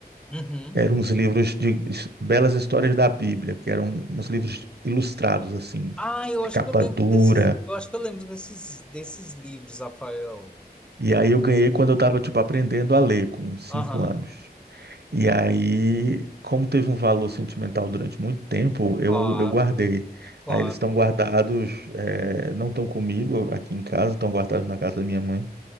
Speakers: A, in the centre; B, on the right (about 80°).
A: Uhum.
B: eram uns livros de his- belas histórias da Bíblia, que eram uns livros ilustrados, assim,
A: Ah, eu acho
B: de capa
A: que eu lembro
B: dura.
A: desses. Eu acho que eu lembro desses, desses livros, Rafael.
B: E aí eu ganhei quando eu estava, tipo, aprendendo a ler, com cinco
A: Aham.
B: anos. E aí, como teve um valor sentimental durante muito tempo, eu,
A: Claro,
B: eu guardei.
A: claro.
B: Aí eles estão guardados, é, não estão comigo aqui em casa, estão guardados na casa da minha mãe,